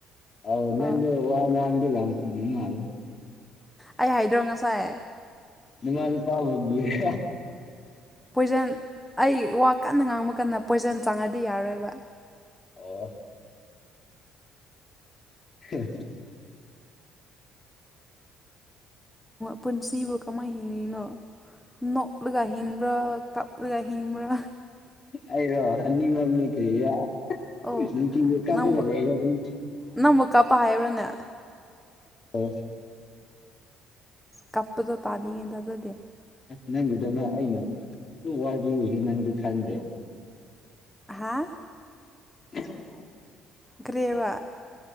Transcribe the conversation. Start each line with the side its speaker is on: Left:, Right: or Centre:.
Left: ꯑꯧ ꯅꯪꯗꯣ
Centre: ꯑꯥ
Left: ꯋꯥ ꯉꯥꯡꯕꯗ ꯌꯥꯝ ꯀꯤ ꯃꯥꯜꯂꯦ
Centre: ꯑꯩ ꯍꯥꯏꯗ꯭ꯔꯣ ꯉꯁꯥꯏ
Left: ꯅꯃꯥ ꯅꯄꯥ ꯑꯣꯏꯔꯝꯃꯤꯍꯦ
Centre: ꯄꯣꯏꯖꯟ ꯑꯩ ꯋꯥ ꯀꯟꯅ ꯉꯥꯡꯕ ꯀꯥꯟꯗ ꯄꯣꯏꯖꯟ ꯆꯪꯉꯗꯤ ꯌꯥꯔꯣꯏꯕ
Left: ꯑꯣ <inaudible>
Centre: ꯄꯨꯟꯁꯤꯕꯨ ꯀꯃꯥꯏ ꯍꯤꯡꯉꯤꯅꯣ ꯅꯣꯛꯂꯒ ꯍꯤꯡꯕ꯭ꯔ ꯀꯞꯂꯒ ꯍꯤꯡꯕ꯭ꯔ
Left: ꯑꯩꯔꯣ ꯑꯅꯤꯃꯛꯅꯦ ꯀꯩꯔꯥ <inaudible>
Centre: ꯑꯣ
Left: ꯅꯨꯡꯇꯤꯒꯤ ꯀꯥꯞꯂꯒ
Centre: ꯅꯪꯕꯨ
Left: ꯂꯩꯔꯝꯅꯤ
Centre: ꯅꯪꯕꯨ ꯀꯥꯞꯄ ꯍꯥꯏꯕ꯭ꯔꯥꯅꯦ
Left: ꯑꯣ
Centre: ꯀꯞꯄꯗꯨ ꯇꯥꯅꯤꯡꯉꯦꯗꯅ
Left: ꯅꯪꯒꯤꯗꯅ ꯑꯩꯅ ꯋꯥꯕꯤꯔꯤꯖꯦ ꯅꯪꯗꯤ ꯈꯟꯗꯦ
Centre: ꯍꯥ
Left: <inaudible>
Centre: ꯀ꯭ꯔꯤꯕ